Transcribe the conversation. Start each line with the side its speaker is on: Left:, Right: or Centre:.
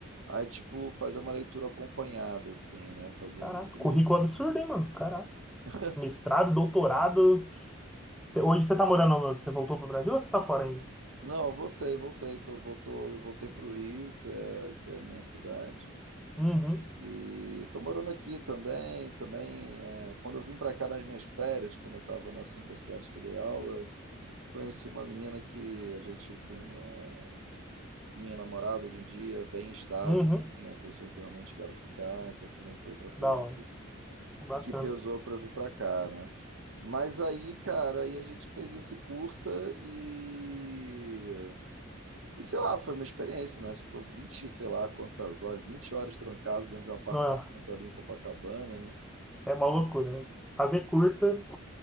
Right: Aí, tipo, fazer uma leitura acompanhada, assim, né? Fazer
Centre: Caraca.
Right: um grupo.
Centre: Currículo absurdo, hein, mano? Caraca.
Right: <laughs>
Centre: Mestrado, doutorado. Você- hoje você tá morando. no- Você voltou pro Brasil ou você tá fora ainda?
Right: Não, voltei, voltei. Tô, voltou, voltei para o Rio, que é, que é a minha cidade.
Centre: Uhum.
Right: E tô morando aqui também. Também, é, quando eu vim para cá nas minhas férias, quando eu estava nessa universidade que eu dei aula, conheci uma menina que a gente, enfim, é minha namorada hoje em dia, bem estável,
Centre: Uhum.
Right: assim, é uma pessoa que eu realmente quero ficar. Então também foi outra coisa
Centre: Da hora, bacana.
Right: que pesou para vir para cá, né? Mas aí, cara, aí a gente fez esse curta e E sei lá, foi uma experiência, né? Você ficou 20 sei lá quantas horas, 20 horas trancado dentro de um apartamento
Centre: Não, é
Right: ali em Copacabana, né?
Centre: é uma loucura, né? Fazer curta